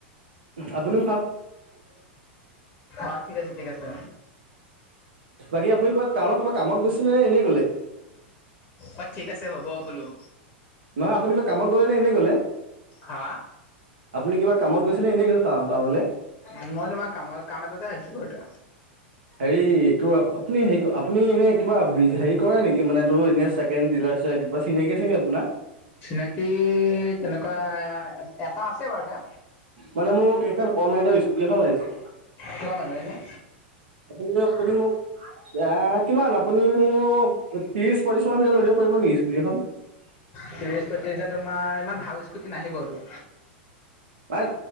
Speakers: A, on the right; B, on the left.
A: আপুনি।
B: অ ঠিক আছে ঠিক আছে।
A: বাকী আপুনি কিবা টাউনত কিবা কামত গৈচিলে নে এনেই গলে?
B: অঁ ঠিক আছে হ'ব বোলো।
A: হয় আপুনি যে কামত গ'লে এনে গ'লে।
B: হা।
A: আপুনি কিবা কামত গৈছিলে এনেই গৈছে টা টাউনলে।
B: মই তোমাৰ কামৰ কাম এটাতে আহিছোঁ।
A: এই এইটো আপুনি হেৰি আপুনি এনে, কিবা হেৰি কৰে নেকি মানে টো এনে চেকেণ্ড হেণ্ড ডিলাৰ চিলাৰ। চিনাকি আছে নেকি আপোনাৰ।
B: চিনাকি তেনেকুৱা এটা আছে বাৰু এটা।
A: মানে মোক এখন ইষ্টলমেণ্টত ইস্কুটি এখন লাগিছিল।
B: কিমান মান হয় এনে
A: আপুনি ইস্কুটি মোক। এ কিমান আপুনি মোক ত্ৰিশ পঁয়ত্ৰিশ মানৰ ভিতৰত লৈ দিব পাৰিব নেকি ইস্কুটি এখন।
B: ত্ৰিশ পঁত্ৰিশ তোমাৰ ইমান ভাল ইস্কুটি নাহিবতো।
A: মানে